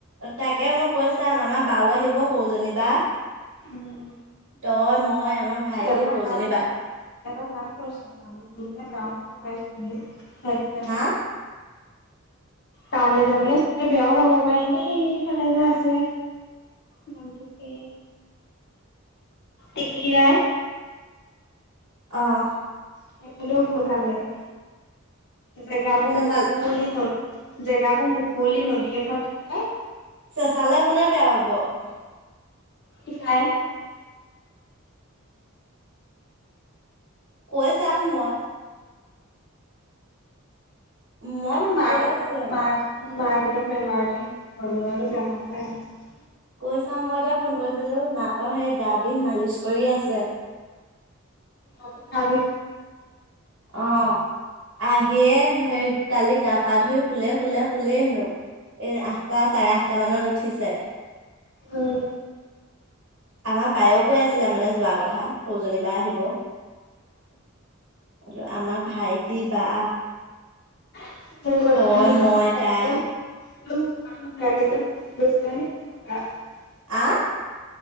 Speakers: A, on the right; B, on the left.
A: তাকে মই কৈ চাম আমাৰ বাও আহিব সৰুজনী বা
B: উম
A: তই মই আমাৰ ভাইটি
B: এটা
A: সৰুজনী
B: কাম
A: বা
B: কৰ এটা কাম কৰ চেঁচালে যাও পাইছো ত হেতো কাৰণে
A: হা
B: তালে যাবলে চবে বেয়াও পাব পাৰে দেই ইফালে যে আছে নামটো কি? টেকি ৰাই।
A: অহ
B: সেই ফালেও বহুত ভাল লাগে জেগাবোৰ
A: চেচাল
B: মুকলি হল জেগাবোৰ মুকলি নদী এখন থাকে
A: চেচালে কোনে বেয়া পাব অহ
B: শিখায়ে
A: কৈ চাম মই মই
B: মানে মাকহঁতেও
A: কৈ আছিলো এনে
B: মাক মাক তেতিয়া বেমাৰজেন ধৰি লৈ গৈছে এটা এটা
A: কৈ চাম মই এতিয়া ফোন কৰিছিলো মাকৰ সেই গা বিষ মালিচ কৰি আছে।
B: অ তথাপি
A: অঁ অ আহিয়ে হেৰি কালি গা পা ধুই শুলে শুলে শুলেই হেনো এই আঠটা চাৰে আঠটা মানত উঠিছে।
B: উম উ
A: আমাৰ বায়েও কৈ আছিলে মানে যোৱাৰ কথা সৰুজনী বা আহিব আৰু আমাৰ ভাইটি বা
B: স্বাগত, তুমি
A: তই
B: মোক মাতা
A: মই
B: নে
A: তাই
B: আগত তুমি মোক প্ৰাৰ্থনা মেমৰ ওচৰত থৈ দিলে নেকেটা এইটোৰ স্পেলিং আহ
A: আহ